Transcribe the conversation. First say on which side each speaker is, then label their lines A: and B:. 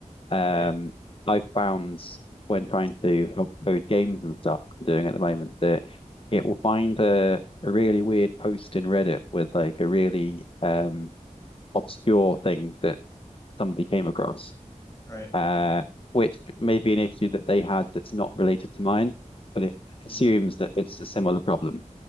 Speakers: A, on the left; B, on the left.
A: Um,
B: right.
A: I found when trying to help code games and stuff I'm doing at the moment that
B: hmm
A: it will find a, a really weird post in Reddit with like a really um, obscure thing that somebody came across,
B: Right.
A: uh, which may be an issue that they had that's not related to mine, but it
B: Mm,
A: assumes that it's a similar problem,